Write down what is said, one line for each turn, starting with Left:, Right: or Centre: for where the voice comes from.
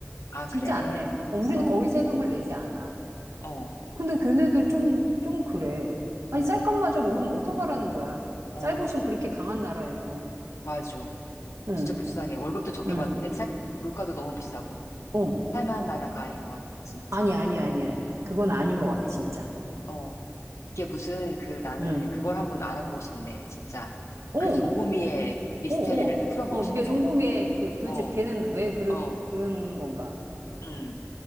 Left: 아,
Right: 진짜
Left: 그래.
Right: 안 내. 어, 우리는
Left: 어,
Right: 거의 세금을 내지 않아.
Left: 어,
Right: 근데 걔네들 좀, 좀 그래. 아니,
Left: 어,
Right: 쌀값마저 모르면 어떡하라는 거야.
Left: 어,
Right: 쌀부심 그렇게 강한 나라에서.
Left: 맞아.
Right: 응,
Left: 진짜 불쌍해. 월급도 적게
Right: 응,
Left: 받는데, 쌀, 물가도 너무 비싸고.
Right: 어.
Left: 살만한 나라가 아닌 것 같아, 진짜.
Right: 아니야, 아니야, 아니야, 아니야. 그건 아닌
Left: 음,
Right: 것 같아, 진짜.
Left: 어. 이게 무슨 그 나는
Right: 응.
Left: 그걸 한번 알아보고 싶네. 진짜
Right: 어,
Left: 그 정보미의
Right: 어,
Left: 미스테리를
Right: 어.
Left: 좀 풀어보고
Right: 어,
Left: 싶네.
Right: 정보미에 그 도대체
Left: 어,
Right: 걔는 왜 그,
Left: 어,
Right: 그런 건가?
Left: 음.